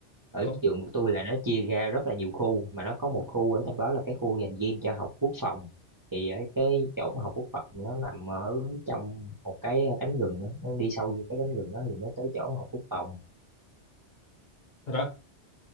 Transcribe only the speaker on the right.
ở
trường của tôi là nó chia ra rất là nhiều khu mà nó có một khu ở trong đó là cái khu dành riêng cho học quốc phòng thì ở cái chỗ mà học quốc phòng nó nằm ở trong một cái ờ, cánh rừng đó. nó đi sâu vô cái cánh rừng đó thì mới tới chỗ học quốc phòng